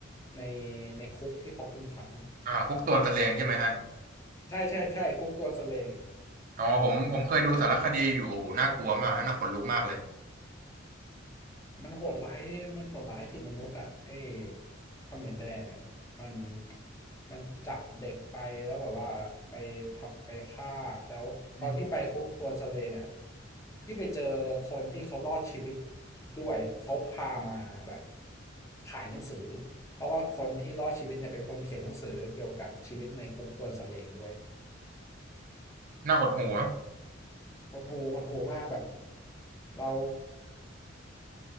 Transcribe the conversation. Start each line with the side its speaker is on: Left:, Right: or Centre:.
Left: ในในคุกที่เขาคุมขัง
Right: อ่าคุกโดนตะเลงใช่ไหมฮะ
Left: ใช่ใช่ใช่คุกตัวสเลง
Right: อ๋อผมผมเคยดูสารคดีอยู่โอ้โหน่ากลัวมากนะน่าขนลุกมากเลย
Left: มันโหดร้ายมันโหดร้ายผิดมนุษย์อ่ะไอ้เขมรแดงอ่ะมันมันจับเด็กไปแล้วแบบว่าไปทับไปฆ่าแล้วตอนพี่ไปคุกตัวสะเลงอ่ะ
Right: อืม
Left: พี่ไปเจอคนที่เขารอดชีวิตด้วยเขาพามาแบบขายหนังสือเพราะว่าคนที่รอดชีวิตเนี่ยเป็นคนเขียนหนังสือเกี่ยวกับชีวิตในคุกตัวสะเลงด้วย
Right: น่าหดหู่นะ
Left: หดหูหดหูมากแบบเรา